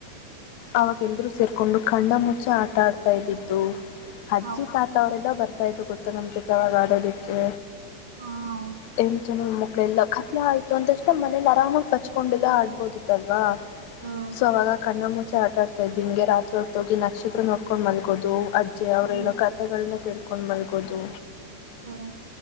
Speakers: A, on the left (about 45°); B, on the right (about 70°).
A: ಅವಾಗ ಎಲ್ರೂ ಸೇರ್ಕೊಂಡು ಕಣ್ಣ ಮುಚ್ಚೆ ಆಟ ಆಡ್ತಾ ಇದ್ದಿದ್ದು ಅಜ್ಜಿ
B: ಹೌದು
A: ತಾತ ಅವರೆಲ್ಲ ಬರ್ತಾರೆ ದು ಗೊತ್ತ ನಮ್ ಜೊತೆ ಅವಾಗ ಆಡೋದಕ್ಕೆ
B: ಹಾ ಹೌದು
A: ಹ ಜನ ಅಳೆಲ್ಲ ಕತ್ಲ ಆಯ್ತು ಅಂತಷ್ಟ ನಮ್ಮ ಮನೇಲಿ ಆರಾಮಾಗಿ ಪಚ್ಕೊಂಡೆಲ್ಲ ಆಡ್ಬೋದಿತ್ತಲ್ವ
B: ಹ್ಮ್
A: ಸೊ ಅವಾಗ ಕಣ್ಣ ಮುಟ್ಟ ಆಟ ಆಡ್ತಾ ಇದ್ವಿಗೆಾತ್ರಿ ಹೊತ್ತೋಗಿ ನಕ್ಷತ್ರ ನೋಡ್ಕೊಂಡು ಮಲ್ಗೋದು ಅ ಅವರು
B: ಹ್ಮ್
A: ಹೇಳೋ ಕತೆೆಗಳನ್ನ ತಿಳ್ಕೊಂಡು ಮಲ್ಗೋದು
B: ಹ್ಮ